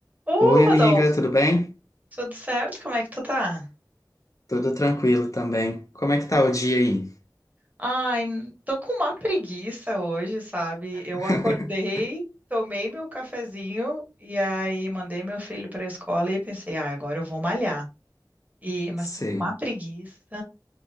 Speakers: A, on the right; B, on the left.
A: Ô,
B: Oi,
A: Rodolfo,
B: amiga, tudo bem?
A: tudo certo? Como é que tu tá?
B: Tudo tranquilo também. Como é que tá o dia aí?
A: Ai, n- tô com uma preguiça hoje, sabe? Eu
B: <laughs>
A: acordei, tomei meu cafezinho e aí mandei meu filho pra escola e pensei, ah, agora eu vou malhar. E, mas
B: Sei.
A: tô com uma preguiça.